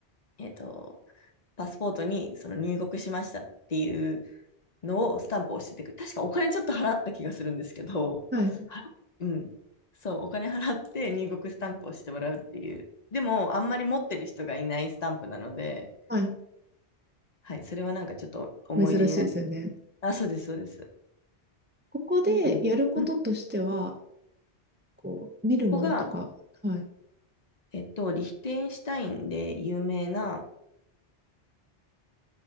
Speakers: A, on the left; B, on the right.
A: えっと、パスポートにその入国しましたっていうのをスタンプを押しててく、確かお金ちょっと払った気がするんですけど、
B: はい。
A: 払っうん。そう、お金払って入国スタンプをしてもらうっていう。でも、あんまり持ってる人がいないスタンプなので、
B: はい。
A: はい、それはなんかちょっと思い出になる。
B: 珍しいですよね。
A: あ、そうです、そうです。
B: ここでやることとしては、
A: うんうん
B: こう、見るものとか。
A: ここが、
B: はい。
A: えっと、リヒテンシュタインで有名な、